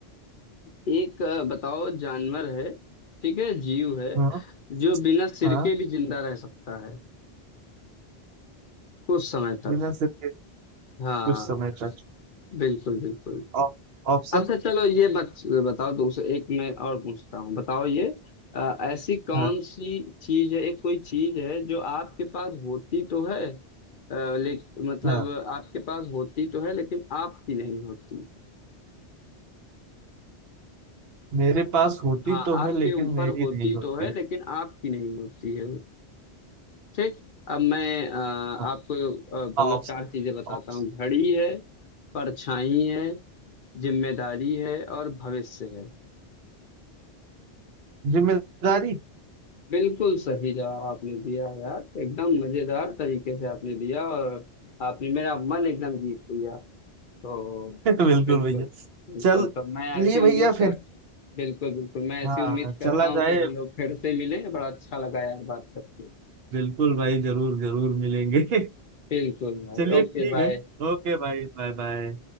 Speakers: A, on the left; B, on the right.
A: एक अ, बताओ जानवर है ठीक है जीव है
B: हाँ
A: जो बिना सिर
B: हाँ
A: के भी जिंदा रह सकता है कुछ समय तक
B: बिना सिर के
A: हाँ
B: कुछ समय तक
A: बिल्कुल बिल्कुल
B: Op- option
A: अच्छा चलो ये बच, बताओ दूसरे एक मैं और पूछता हूँ बताओ ये अ, ऐसी कौन
B: हाँ
A: सी चीज है एक कोई चीज है जो आपके पास होती तो है अ, ले मतलब
B: हाँ
A: आपके पास होती तो है लेकिन आपकी नहीं होती
B: मेरे पास होती
A: हाँ
B: तो
A: आपके
B: है लेकिन
A: ऊपर
B: मेरी
A: होती
B: नहीं होती
A: तो है लेकिन आपकी नहीं होती है वो ठीक अब मैं अ,
B: हाँ
A: आपको अ, मतलब
B: हाँ, ऑप्शन
A: चार चीजें बताता
B: ऑप्शन
A: हूँ घड़ी है परछाई है जिम्मेदारी है और भविष्य है
B: जिम्मेदारी
A: बिल्कुल सही जवाब आपने दिया यार एकदम मजेदार तरीके से आपने दिया और आपने मेरा मन एकदम जीत लिया तो
B: <laughs> बिल्कुल
A: बिल्कुल
B: भैया
A: बिल्कुल
B: चल
A: तो मैं ऐसी
B: लिए भैया
A: उम्मीद
B: फिर
A: कर बिल्कुल बिल्कुल मैं ऐसी
B: हाँ
A: उम्मीद करता
B: चला
A: हूँ
B: जाए
A: कि हम लोग फिर से मिलें बड़ा अच्छा लगा यार बात करके
B: बिल्कुल भाई जरूर जरूर मिलेंगे <laughs>
A: बिल्कुल भाई
B: चलिए
A: ओके
B: ठीक
A: बाय
B: है ओके भाई बाय बाय